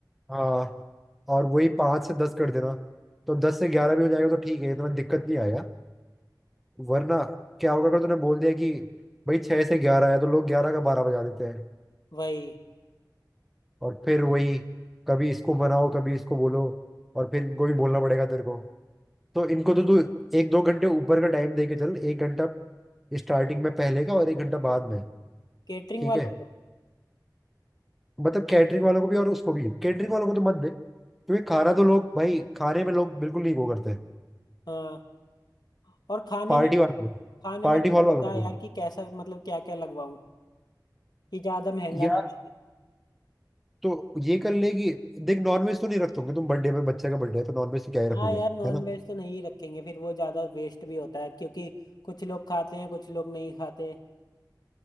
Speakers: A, in the centre; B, on the left.
A: हाँ और वही पाँच से दस कर देना तो दस से ग्यारह भी हो जाएगा तो ठीक है इतना दिक्कत नहीं आएगा वरना क्या होगा अगर तूने बोल दिया कि भाई छः से ग्यारह है तो लोग ग्यारह का बारह बजा देते हैं
B: वही
A: और फिर वही कभी इसको बनाओ कभी इसको बोलो और फिर इनको भी बोलना पड़ेगा तेरे को तो इनको तो तू एक दो घंटे ऊपर का टाइम दे के चल एक घंटा स्टार्टिंग में पहले का और एक घंटा बाद में
B: केटरिंग
A: ठीक
B: वालों
A: है
B: को
A: मतलब कैटरिंग वालों को भी और उसको भी कैटरिंग वालों को तो मत दे क्योंकि खाना तो लोग भाई खाने में लोग बिल्कुल नहीं वो करते
B: हाँ और खाने
A: पार्टी
B: में
A: वाले
B: खाने
A: पार्टी
B: में थोड़ा
A: हॉल वालों
B: बता
A: को
B: यार कि कैसा मतलब क्या क्या लगवाऊं कि ज्यादा महंगा
A: या
B: ना पड़े
A: तो ये कर ले कि देख नॉनवेज तो नहीं रखोगे तुम बर्थडे में बच्चे का बर्थडे है तो नॉनवेज तो क्या ही रखोगे
B: हाँ यार नॉन
A: है ना
B: वेज तो नहीं रखेंगे फिर वो ज्यादा वेस्ट भी होता है क्योंकि कुछ लोग खाते हैं कुछ लोग नहीं खाते